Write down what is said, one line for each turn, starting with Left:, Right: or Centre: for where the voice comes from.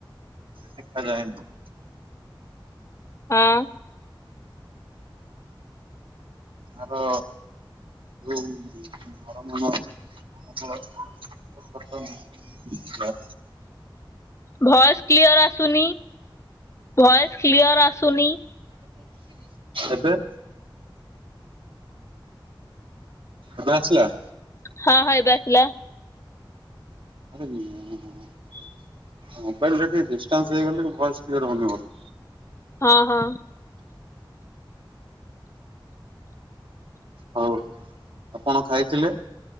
Right: ଦେଖାଯାଏନି
Left: ହଁ।
Right: ଏହାର ଯୋଉ ନରମ ନରମ ମୋର କଷ୍ଟ ନୁହଁ ଆଁ
Left: ଭଏସ କ୍ଲିୟର ଆସୁନି। ଭଏସ କ୍ଲିୟର ଆସୁନି।
Right: ଏବେ? ଏବେ ଆସିଲା?
Left: ହଁ ହ ଏବେ ଆସିଲା।
Right: ଆ ହ <unintelligible> ମୋବାଇଲରେ ଟିକେ ଡିଷ୍ଟାନ୍ସ ହେଇଗଲେ ଭଏସ କ୍ଲିୟର ହଉନି ମୋର।
Left: ହଁ ହଁ।
Right: ହଉ କଣ ଖାଇଥିଲେ?